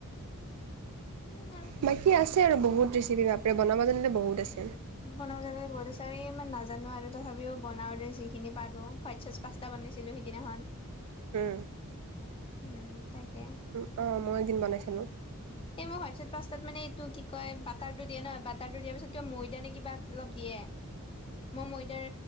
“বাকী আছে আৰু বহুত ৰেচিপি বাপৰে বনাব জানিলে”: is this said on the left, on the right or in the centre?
Right